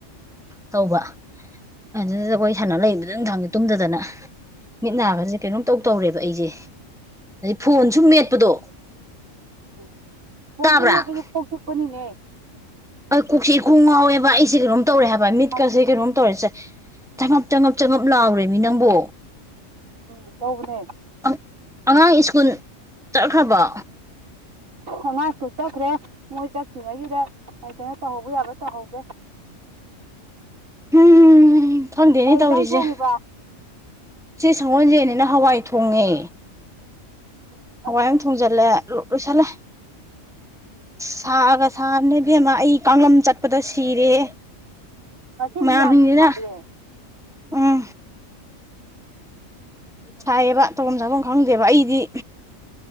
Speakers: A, in the centre; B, on the right.
A: ꯇꯧꯕ ꯑꯗꯨꯗ ꯑꯩꯈꯣꯏ ꯁꯥꯟꯅꯥ ꯂꯩꯕꯗꯨꯗ ꯅꯨꯡꯊꯪꯁꯦ ꯇꯨꯝꯗꯗꯅ ꯃꯤꯠ ꯅꯥ ꯒꯔꯁꯦ ꯀꯩꯅꯣꯝ ꯇꯧ ꯇꯧꯔꯦꯕ ꯑꯩꯖꯦ ꯑꯗꯩ ꯐꯣꯟꯁꯨ ꯃꯦꯠꯄꯗꯣ
B: ꯑꯝ ꯐꯣꯟ
A: ꯇꯥꯕ꯭ꯔꯥ
B: ꯁꯨꯝꯕꯁꯨ ꯀꯣꯛꯆꯄꯅꯤꯅꯦ
A: ꯑꯩ ꯀꯣꯛꯆꯤ ꯀꯣꯛ ꯉꯥꯎꯋꯦꯕ ꯑꯩꯁꯦ ꯀꯩꯅꯣꯝ ꯇꯧꯔꯦ ꯍꯥꯏꯕ ꯃꯤꯠꯀꯁꯦ
B: ꯇꯧꯕꯅꯦ
A: ꯀꯩꯅꯣꯝ ꯇꯧꯔꯁꯦ ꯆꯉꯞ ꯆꯉꯞ ꯆꯉꯞ ꯂꯥꯎꯔꯦ ꯃꯤ ꯅꯪꯕꯣ
B: ꯎꯝ ꯇꯧꯕꯅꯦ
A: ꯑꯥ ꯑꯉꯥꯡ ꯁ꯭ꯀꯨꯜ ꯆꯠꯈ꯭ꯔꯕꯣ
B: ꯑꯉꯥꯡꯁꯨ ꯆꯠꯈ꯭ꯔꯦ ꯃꯣꯏ ꯆꯠꯈꯤꯉꯩꯒꯤꯗ ꯀꯩ ꯀꯩꯅꯣ ꯇꯧꯍꯧꯕ ꯌꯥꯕ ꯇꯧꯍꯧꯒꯦ
A: ꯎꯝ ꯐꯪꯗꯦꯅꯦ
B: ꯀꯩ ꯏꯟꯖꯥꯡ
A: ꯇꯧꯔꯤꯁꯦ
B: ꯊꯣꯡꯉꯤꯕ
A: ꯁꯤ ꯁꯪꯒꯣꯜꯁꯦꯅꯤꯅ ꯍꯋꯥꯏ ꯊꯣꯡꯉꯦ
B: ꯑꯣ
A: ꯍꯋꯥꯏ ꯑꯃ ꯊꯣꯡꯖꯜꯂꯦ ꯂꯣ ꯂꯣꯏꯁꯤꯜꯂꯦ ꯁꯥꯒ ꯁꯥꯕꯅꯦꯕꯦꯝꯃ ꯑꯩ ꯀꯥꯡꯂꯝ ꯆꯠꯄꯗ ꯁꯤꯔꯦ
B: ꯉꯁꯤꯁꯤ
A: ꯃꯌꯥꯝꯒꯤꯅꯤꯅ
B: ꯌꯥꯝꯁꯨ ꯁꯥꯏꯌꯦ
A: ꯎꯝ ꯁꯥꯏꯌꯦꯕ ꯇꯧꯕꯝ ꯆꯥꯕꯝ ꯈꯪꯗꯦꯕ ꯑꯩꯗꯤ